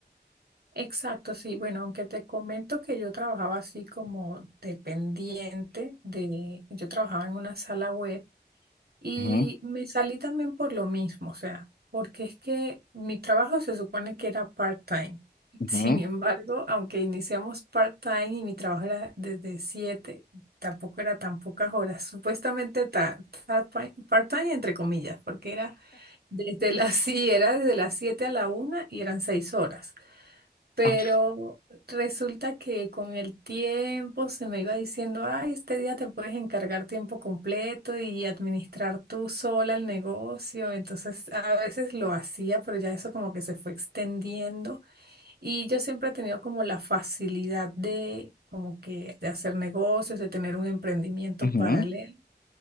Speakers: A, on the right (about 65°); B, on the left (about 60°).
A: Exacto, sí. Bueno, aunque te comento que yo trabajaba así como dependiente de, yo trabajaba en una sala web y
B: Ujú,
A: me salí también por lo mismo, o sea, porque es que mi trabajo se supone que era part-time. <laughs>
B: ujú,
A: Sin embargo, aunque iniciamos part-time y mi trabajo era desde siete tampoco era tan pocas horas, supuestamente ta- tar- part-time entre comillas, porque era Desde las, sí, era desde las 7 a la una y eran 6 horas. Pero
B: ah,
A: resulta que con el tiempo se me iba diciendo, ay, este día te puedes encargar tiempo completo y administrar tú sola el negocio. Entonces a veces lo hacía, pero ya eso como que se fue extendiendo. Y yo siempre he tenido como la facilidad de como que de hacer negocios, de tener un emprendimiento
B: ujú.
A: paralelo.